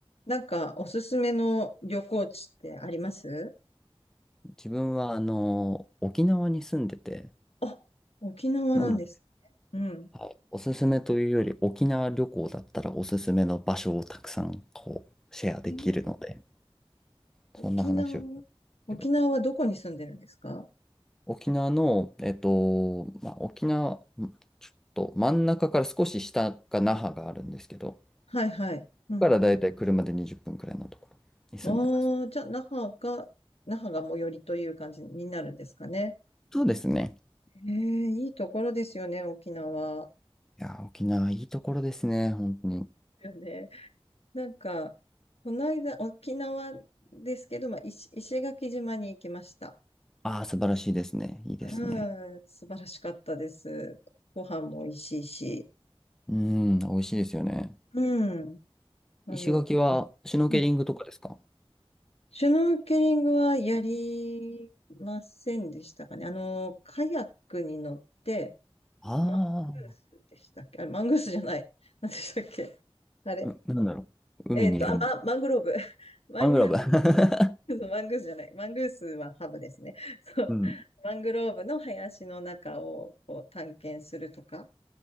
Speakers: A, on the left (about 80°); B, in the centre.
A: なんか、おすすめの旅行地ってあります
B: 自分はあの沖縄に住んでて、
A: あ、沖縄なんですね。
B: なので、
A: うん。
B: はい、おすすめというより沖縄旅行だったらおすすめの場所をたくさんこうシェアできるので、
A: えー沖縄、
B: そんな話を。
A: 沖縄はどこに住んでるんですか
B: けど沖縄の、えっと、まあ、沖縄、んちょっと真ん中から少し下が那覇があるんですけど、
A: はいはい。
B: ここからだいたい車で20分くらいのところに住んでます。
A: うん。ああ、じゃあ、那覇が、那覇が最寄りという感じになるんですかね。
B: そうですね。
A: ええ、いいところですよね、沖縄。
B: いや、沖縄いいところですね、本当に。
A: よね。なんか、この間、沖縄ですけど、まあ、石、石垣島に行きました。
B: ああ、素晴らしいですね。いいですね。
A: うん、素晴らしかったです。ご飯も美味しいし。
B: うん、美味しいですよね。
A: うん。あの、
B: 石垣はシュノーケリングとかですか
A: うん、シュノーケリングはやりませんでしたかね。あの、カヤックに乗って、
B: あ
A: マングースでしたっけあれ、マングースじゃない。何でしたっけあれ。
B: う、あー、うなんだろう海にいるもん。
A: えっと、あ、ま、マングローブ。<laughs> マングロ
B: マングロー
A: ーブ、マングースじゃない。マングースはハブですね。<laughs> そう。
B: ブ。<laughs> う。うん。
A: マングローブの林の中をこう探検するとか、